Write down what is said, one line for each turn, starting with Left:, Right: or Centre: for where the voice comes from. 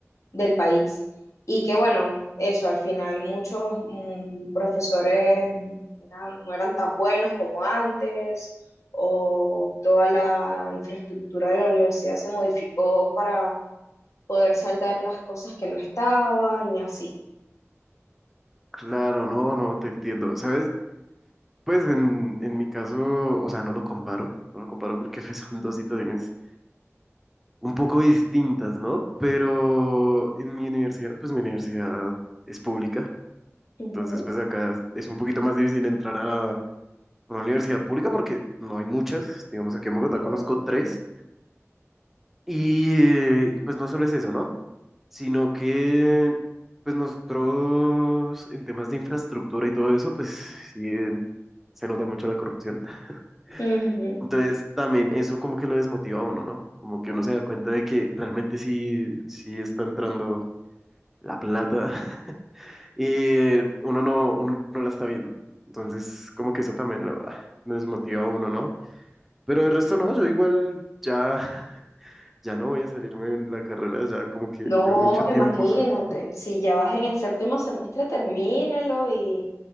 Left: del país. Y que bueno, eso, al final muchos mm, profesores eran- no eran tan buenos como antes, o toda la infraestructura de la universidad se modificó para poder saldar las cosas que no estaban y así.
Centre: Claro, no, no, te entiendo. ¿Sabes? Pues en, en mi caso, o sea, no lo comparo, no lo comparo porque <laughs> son dos situaciones un poco distintas, ¿no? Pero en mi universidad, pues mi universidad es pública,
Left: Ujú.
Centre: Entonces, pues acá es un poquito más difícil entrar a una universidad pública porque no hay muchas. Digamos, aquí en Bogotá
Left: Sí,
Centre: conozco
Left: claro.
Centre: tres. Y, eh, y, pues no solo es eso, ¿no? Sino que, pues nosotros en temas de infraestructura y todo eso, pues sí, eh, se nota mucho la corrupción. <laughs>
Left: Ujú.
Centre: Entonces, también eso como que lo desmotiva a uno, ¿no? Como que uno se da cuenta de que realmente sí, sí está entrando la plata. <laughs> y uno no, uno no la está viendo. Entonces, como que eso también lo, me desmotiva a uno, ¿no? Pero el resto no, yo igual ya, <laughs> ya no voy a salirme de la carrera, ya como que
Left: No,
Centre: llevo mucho tiempo.
Left: imagínate,
Centre: <laughs>
Left: si ya vas en el séptimo semestre, termínalo y